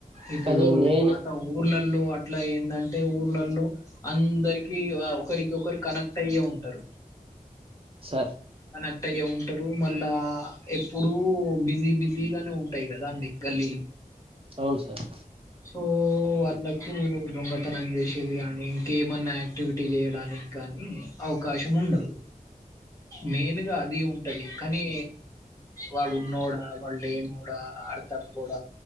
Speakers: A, on the left; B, on the right.
A: ఇప్పుడు
B: కానీ నేను
A: పాత ఊర్లల్లో అట్లా ఏందంటే ఊర్లల్లో అందరికి ఆహ్ ఒకరికి ఒకరు కనెక్ట్ అయ్యే ఉంటారు.
B: సార్.
A: కనెక్ట్ అయ్యే ఉంటారు మళ్ళా ఎప్పుడూ బిజీ బిజీగానే ఉంటాయి కదా మీ గల్లీలు.
B: అవును సార్.
A: సో అన్. పరులకు దొంగతనం చేసేది కాని ఇంకేమన్నా యాక్టివిటీ చేయడానికి కానీ. అవకాశము ఉండదు. మెయిన్ గా అది ఉంటది కానీ వాడు ఉన్నాడా వాళ్ళు లేనోడ వోడ వాడు తక్కువోడ